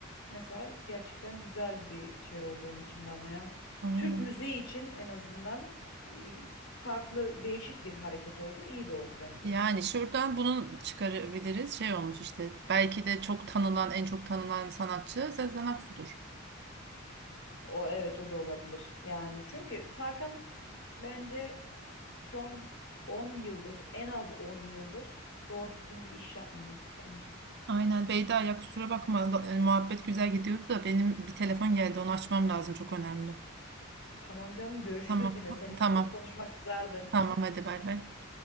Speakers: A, on the left; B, on the right.
A: mesela gerçekten güzel bir şey oldu onun için de ama ya.
B: Aynen.
A: Türk müziği için en azından e, farklı değişik bir hareket oldu. İyi de oldu bence.
B: Yani şuradan bunu çıkarabiliriz. Şey olmuş işte belki de çok tanınan en çok tanınan sanatçı Sezen Aksu'dur.
A: O evet o da olabilir. Yani çünkü Tarkan bence son on yıldır en az 10 yıldır doğru düzgün bir iş yapmıyor bence.
B: Aynen Beyda ya kusura bakma La- e, muhabbet güzel gidiyordu da benim bir telefon geldi onu açmam lazım çok önemli.
A: Tamam canım görüşürüz
B: Tamam
A: yine. Seninle
B: tamam
A: müzik konuşmak güzeldi.
B: tamam hadi bay bay.